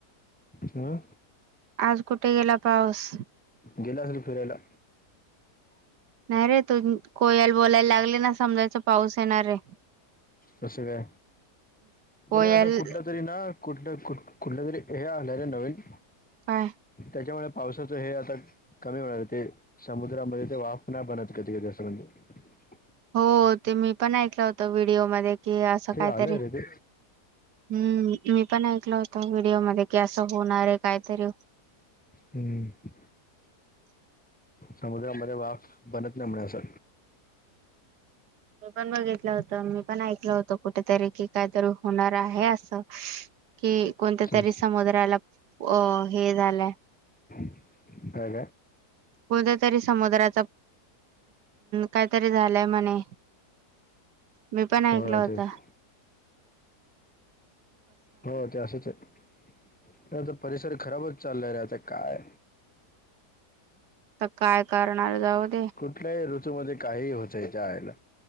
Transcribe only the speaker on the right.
आज कुठे गेला पाऊस...
नाही रे तू कोयाल बोलायला लागले ना समजायच पाऊस येणार आहे...
कोयल
बाय...
हो ते मी पण ऐकलं होतं व्हिडिओ मध्ये कि असं काहीतरी...
हम्म मी पण ऐकल होत व्हिडिओमध्ये कि असं होणार आहे काय तरी...
मी पण बघितलं होत मी पण ऐकलं होत कुठेतरी कि काहीतरी होणार आहे असं. कि कोणत्या
तरी समुद्राला अ हे झालंय
कोणत्या तरी समुद्राच काहीतरी झालंय म्हणे मी पण
ऐकल होत
आ काय कारणार जाऊन